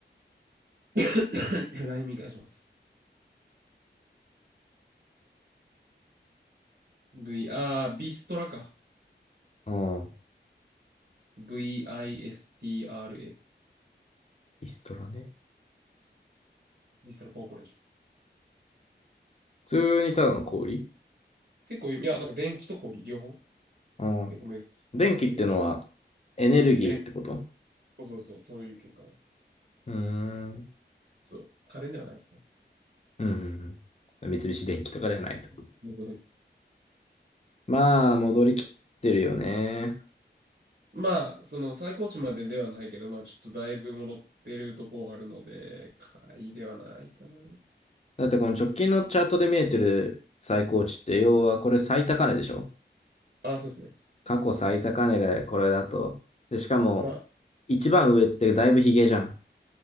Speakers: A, on the right (about 65°); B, on the left (about 35°).
A: <coughs> ライミ返します。V、あー、ビストラか。
B: の。うん。
A: VISTRA。
B: ビストラね。
A: ビストラコーポレーション。
B: 普通にただの小売り
A: 結構有名、いや、なんか電気と氷、両方。
B: うん。
A: 結構珍しい。
B: 電気ってのは
A: 電気
B: エネルギーってこと
A: エレそうそうそう、そういう系かな。
B: うーん。うん
A: そう。家電ではないですね。
B: うんうん。三菱電機とかではないと。
A: <laughs>
B: まあ、戻りきってるよね。
A: まあ、その最高値までではないけど、まあ、ちょっとだいぶ戻ってるとこはあるので、買いではないかな。
B: だってこの直近のチャートで見えてる最高値って、要はこれ最高値でしょ
A: あ、そうですね。
B: 過去最高値がこれだと。で、しかも、
A: まあ、
B: 一番上ってだいぶヒゲじゃん。